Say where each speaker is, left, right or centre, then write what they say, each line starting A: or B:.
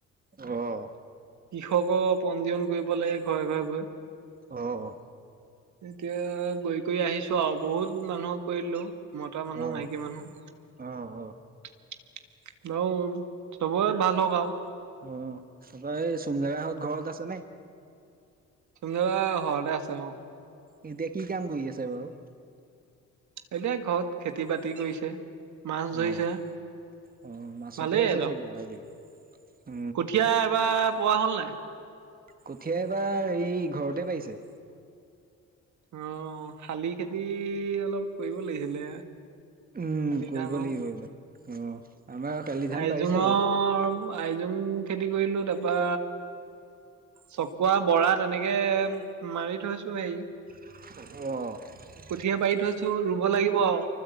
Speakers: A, on the right; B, on the right.
A: অ'।
B: কৃষক' পঞ্জীয়ন কৰিব লাগে ঘৰে ঘৰে গৈ।
A: অ', অ'।
B: এতিয়া কয়ি কয়ি আহিছো আৰু বহুত মানুহক কৰিলো। মতা মানুহ,
A: অ
B: মাইকী মানুহ।
A: অ
B: বাও, চবৰে ভাল হওঁক আৰু।
A: অ'। তাপা এই চুমদেদাহঁত ঘৰত আছে নে?
B: চুমদেদা ঘৰতে আছে, অ'।
A: ই এতিয়া কি কাম কৰি আছে বাৰু?
B: এতিয়া ঘৰত খেতি বাতি কৰিছে। মাছ ধৰিছে
A: অ', অ', মাছতে
B: ভালেই সিহঁতৰ
A: আছে ছাগে <unintelligible> উ।
B: কঠীয়া এবাৰ পোৱা হ'ল নাই?
A: কঠীয়া এবাৰ এই ঘৰতে পাৰিছে।
B: অ', শালি খেতি অলপ কৰিব লাগিছিলে।
A: উ,
B: শালি
A: কৰিব
B: ধানৰ
A: লাগিব এইবাৰ। অ', আমাৰ শালি ধান
B: আইজোঙৰ,
A: পাৰিছে বাৰু।
B: আইজোং খেতি কৰিলো। তাৰপা চকুৱা, বড়া তেনেকে মাৰি থৈছো হেৰি
A: অ।
B: কঠিয়া পাৰি থৈছো, ৰুব লাগিব আৰু